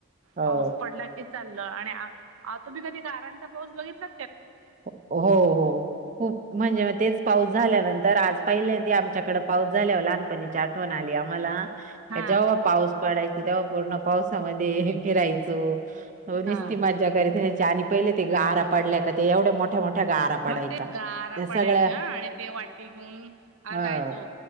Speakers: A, on the right (about 35°); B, on the right (about 75°).
A: हो
B: पाऊस पडला की चाल आणि तुम्ही कधी गारांचा पाऊस बघितला.
A: हो हो खूप म्हणजे तेच पाऊस झाल्यानंतर आज पहिले ते आमच्याकड पाऊस झाल्यावर लहानपणीची आठवण आली आम्हाला
B: हा
A: जेव्हा पाऊस पडायच तेव्हा पूर्ण पावसामध्ये फिरायचो. हो निस्ती
B: हा
A: मजा घ आणि पहिले ते गारा पडल्या का ते एवढ्या मोठ्या मोठ्या गारा पडायच्या.
B: मग ते गारा
A: त्या सगळ्या
B: पडायचे आणि ते वाटी घेऊन
A: हो
B: जायचं